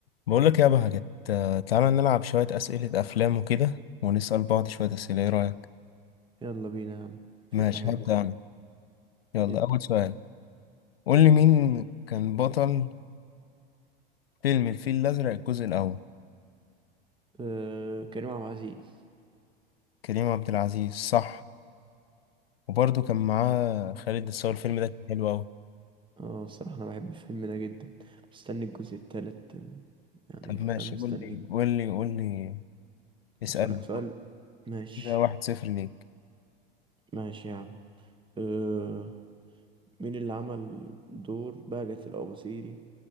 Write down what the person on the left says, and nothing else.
بقول لك يا بهجت تعالى نلعب شوية أسئلة أفلام وكده ونسأل بعض شوية أسئلة إيه رأيك؟
ماشي
هبدأ أنا يلا
أول سؤال قول لي مين كان بطل فيلم الفيل الأزرق الجزء الأول
كريم عبد العزيز صح وبرضه كان معاه خالد الصاوي الفيلم ده كان حلو أوي
طب ماشي
قول لي قول لي قول لي اسألني
كده واحد صفر ليك